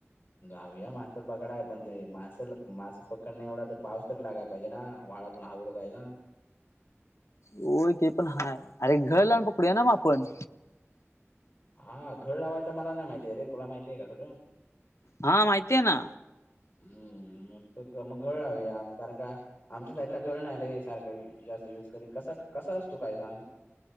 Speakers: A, on the left; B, on the left.
A: जाऊया मासं पकडा आहे पण ते मासे मासं पकड नाही एवढा ते पाऊस तररी लागाय पाहिजे ना व्हाळातून हा उर जायला.
B: होय ते पण हा अरे
A: हम्म
B: घर लावून पकडूया ना मग आपण.
A: हा घळ लावायचं मला नाही माहितीय रे तुला माहितीय का सगळ.
B: हा माहिती आहे ना.
A: हम्म मग मग घळ लावया कारण का, आमच्या साईडला गळ नाही र सारखं जास्त युज करी कसा कसा असतो काय सांग.